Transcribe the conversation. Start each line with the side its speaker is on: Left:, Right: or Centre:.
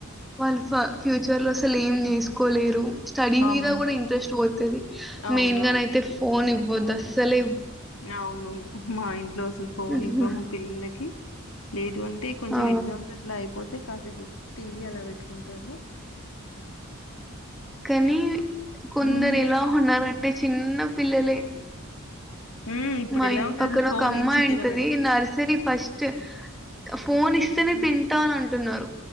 Centre: వాళ్ళు ఫ్యూచర్ లో అసలు ఏం చేసుకోలేరు. స్టడీ
Left: అవును.
Centre: మీద కూడా ఇంట్రెస్ట్ పోతది
Left: అవునవును.
Centre: మెయిన్గా నయితే ఫోన్ ఇవ్వోద్దు అసల్
Left: అవును మా ఇంట్లో అసలు ఫోన్
Centre: హ్మ్.
Left: ఇవ్వము పిల్లలకి లేదు ఉంటే కొంచెం
Centre: ఆ
Left: ఎగ్జామ్స్ అట్లా అయిపోతే కాసేపు టీవీ అలా పెట్ ఉంటారు.
Centre: కనీ కొందరు
Left: హ్మ్.
Centre: ఎలా ఉన్నారంటే చిన్న పిల్లలే
Left: హ్మ్. ఇప్పుడెలా
Centre: మా ఇంటి
Left: ఉన్నారు
Centre: పక్కన
Left: ఫోన్
Centre: ఒక అమ్మాయి
Left: ఇచ్చి తినబెట్
Centre: ఉంటది. నర్సరీ ఫస్ట్ ఫోన్ ఇస్తనే తింటా అంటున్నారు